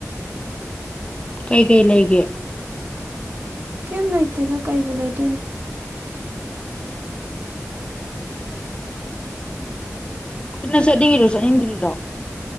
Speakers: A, on the left; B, on the right.
A: ꯀꯩ ꯀꯩ ꯂꯩꯒꯦ
B: ꯀꯩꯝ ꯂꯩꯇꯦꯗꯣ ꯀꯩꯕꯨ ꯂꯩꯗꯣꯏꯅꯣ
A: ꯊꯅꯁ ꯅꯤꯡꯔ ꯑꯘꯨ ꯅꯪ ꯆꯠꯅꯤꯡꯏꯔꯣ ꯆꯠꯅꯤꯡꯘꯔꯤꯔꯣ